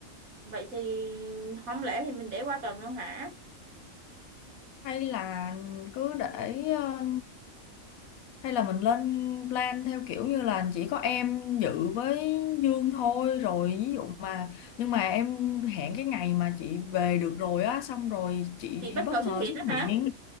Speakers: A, on the right (about 85°); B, on the left (about 85°).
A: Vậy thì không lẽ thì mình để qua tuần luôn hả?
B: Hay là cứ để ờ, hay là mình lên plan theo kiểu như là chỉ có em dự với Dương thôi rồi ví dụ mà nhưng mà em hẹn cái ngày mà chị về được rồi á xong rồi chị
A: Chị bất
B: bất
A: ngờ
B: ngờ
A: xuất hiện
B: xuất
A: đó hả?
B: hiện